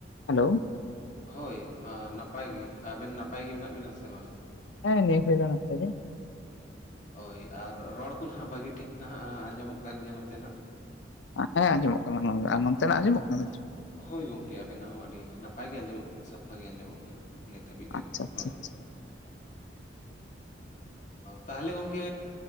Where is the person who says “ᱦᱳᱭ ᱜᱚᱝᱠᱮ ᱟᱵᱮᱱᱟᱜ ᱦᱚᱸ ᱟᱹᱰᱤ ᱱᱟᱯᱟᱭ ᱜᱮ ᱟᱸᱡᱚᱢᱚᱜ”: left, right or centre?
Left